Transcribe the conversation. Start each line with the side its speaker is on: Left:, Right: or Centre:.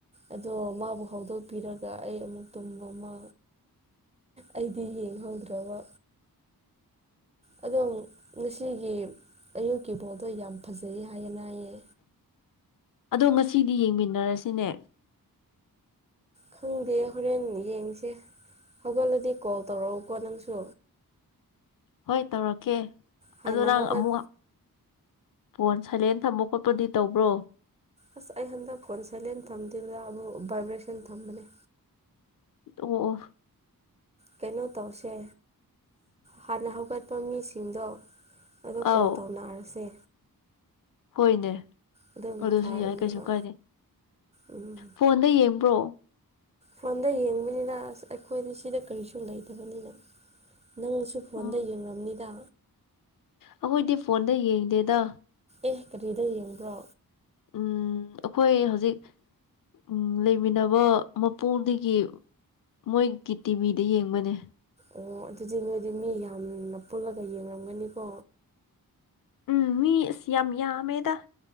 Right: ꯑꯗꯣ ꯃꯥꯕꯨ ꯍꯧꯗꯣꯛꯄꯤꯔꯒ ꯑꯩ ꯑꯃꯨꯛ ꯇꯨꯝꯕ ꯑꯃ ꯑꯩꯗꯤ ꯌꯦꯡꯍꯧꯗ꯭ꯔꯕ ꯑꯗꯣ ꯉꯁꯤꯒꯤ ꯑꯌꯨꯛꯀꯤ ꯕꯣꯜꯗꯣ ꯌꯥꯝ ꯐꯖꯩ ꯍꯥꯏꯌꯦꯅ ꯍꯥꯏꯌꯦ
Left: ꯑꯗꯣ ꯉꯁꯤꯗꯤ ꯌꯦꯡꯃꯤꯟꯅꯔꯁꯤꯅꯦ
Right: ꯈꯪꯗꯦ ꯍꯣꯔꯦꯟ ꯌꯦꯡꯁꯦ ꯍꯧꯒꯠꯂꯗꯤ ꯀꯣꯜ ꯇꯧꯔꯛꯎꯀꯣ ꯅꯪꯁꯨ
Left: ꯍꯣꯏ ꯇꯧꯔꯛꯀꯦ
Right: ꯍꯥꯟꯅ
Left: ꯑꯗꯣ ꯅꯪ
Right: ꯍꯧꯒꯠ
Left: ꯑꯃꯨꯛ ꯐꯣꯟ ꯁꯥꯏꯂꯦꯟ ꯊꯝꯕ ꯈꯣꯠꯄꯗꯤ ꯇꯧꯕ꯭ꯔꯣ
Right: ꯑꯁ ꯑꯩ ꯍꯟꯗꯛ ꯐꯣꯟ ꯁꯥꯏꯂꯦꯟ ꯊꯝꯗꯦꯗꯕꯨ <unintelligible> ꯚꯥꯏꯕ꯭ꯔꯦꯁꯟ ꯊꯝꯕꯅꯦ
Left: ꯑꯣ ꯑꯣ
Right: ꯀꯩꯅꯣ ꯇꯧꯁꯦ ꯍꯥꯟꯅ ꯍꯧꯒꯠꯄ ꯃꯤꯁꯤꯡꯗꯣ ꯑꯗꯣ
Left: ꯑꯧ
Right: ꯀꯣꯜ ꯇꯧꯅꯔꯁꯦ
Left: ꯍꯣꯏꯅꯦ
Right: ꯑꯗꯨꯅ
Left: ꯑꯗꯨꯁꯨ
Right: ꯐꯔꯅꯦꯕ
Left: ꯌꯥꯏ ꯀꯩꯁꯨ ꯀꯥꯏꯗ
Right: ꯎꯝ
Left: ꯐꯣꯟꯗ ꯌꯦꯡꯕ꯭ꯔꯣ
Right: ꯐꯣꯟꯗ ꯌꯦꯡꯕꯅꯤꯅ ꯑꯁ ꯑꯩꯈꯣꯏꯗꯤ ꯁꯤꯗ ꯀꯔꯤꯁꯨ ꯂꯩꯇꯕꯅꯤꯅ ꯅꯪꯁꯨ ꯐꯣꯟꯗ
Left: ꯎꯝ
Right: ꯌꯦꯡꯔꯝꯅꯤꯗ
Left: ꯑꯩꯈꯣꯏꯗꯤ ꯐꯣꯟꯗ ꯌꯦꯡꯗꯦꯗ
Right: ꯑꯦ ꯀꯔꯤꯗ ꯌꯦꯡꯕ꯭ꯔꯣ
Left: ꯎꯝ ꯑꯩꯈꯣꯏ ꯍꯧꯖꯤꯛ ꯎꯝ ꯂꯩꯃꯤꯟꯅꯕ ꯃꯄꯨꯜꯗꯒꯤ ꯃꯣꯏꯒꯤ ꯇꯤꯚꯤꯗ ꯌꯦꯡꯕꯅꯦ
Right: ꯑꯣ ꯑꯗꯨꯗꯤ ꯅꯣꯏꯗꯤ ꯃꯤ ꯌꯥꯝꯅ ꯄꯨꯜꯂꯒ ꯌꯦꯡꯉꯝꯒꯅꯤꯀꯣ
Left: ꯎꯝ ꯃꯤ ꯏꯁ ꯌꯥꯝ ꯌꯥꯝꯃꯦꯗ